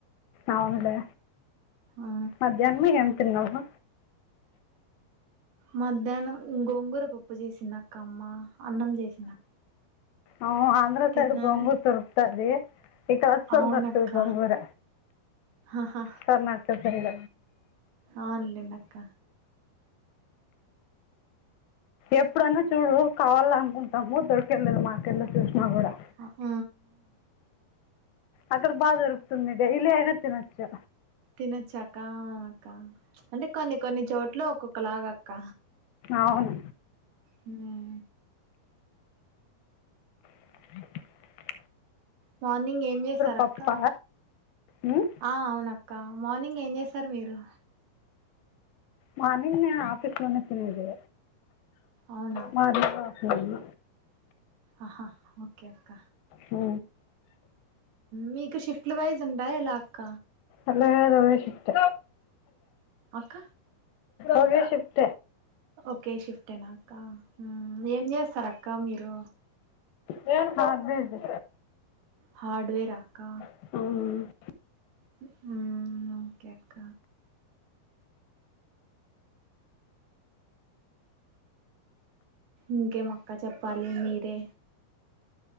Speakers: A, on the left; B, on the right.
A: అవునులే
B: ఆ
A: మధ్యాహ్నం ఏం తిన్నావు
B: మధ్యాహ్నం గోంగూర పప్పు చేసిందక్కా అమ్మ అన్నం చేసి
A: అ ఆంధ్ర
B: తిన్నాను
A: సైడ్ గోంగూర దొరుకుతాది ఇటు అసలు
B: అవునక్క
A: దొరకదు గోంగూర
B: ఆహా
A: కర్ణాటక సైడ
B: ఆ వెళ్ళిండు అక్క
A: ఎప్పుడన్నా చూడు కావాల అనుకుంటాము దొరికేది లేదు మార్కెట్ లో చూసినా కూడా
B: హు హ్
A: అక్కడ బాగ దొరుకుతుంది డైలీ అయిన తినొచ్చు
B: తినొచ్చా అక్క అక్క అంటే కొన్ని కొన్ని చోట్ల ఒక్కొక్కలాగ అక్క
A: అవును
B: హు
A: అ <unintelligible>
B: మార్నింగ్ ఏం చేసార్
A: పప్ప
B: అక్క
A: ఉమ్,
B: ఆ అవునక్క మార్నింగ్ ఏం చేశారు మీరు
A: మార్నింగ్ నేను ఆఫీస్ లోనే తినేది
B: అవునా
A: మార్నింగ్ ఆఫ్టర్నూన్
B: అహా ఓకే అక్క
A: ఉ
B: మీకు షిఫ్ట్లు వైజ్ ఉంటాయ్ ఎలా అక్క
A: అట్ల కాదు ఒకే షిఫ్ట్
B: అక్క
A: ఒకే షిఫ్ట్
B: ఓకే షిఫ్టేన అక్క ఏం చేస్తారు అక్క మీరు
A: నేన్ హార్డ్వేర్ ది
B: హార్డ్వేర్ అక్క
A: ఉహు
B: హు ఓకే అక్క ఇంకేం అక్క చెప్పాలి మీరే